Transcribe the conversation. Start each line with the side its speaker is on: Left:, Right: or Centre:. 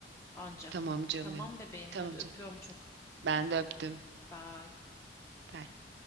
Left: Anca.
Right: Tamam canım.
Left: Tamam
Right: benim.
Left: bebeğim,
Right: Tamam
Left: hadi öpüyorum
Right: canım.
Left: çok.
Right: Ben de öptüm.
Left: Bye.
Right: Bye.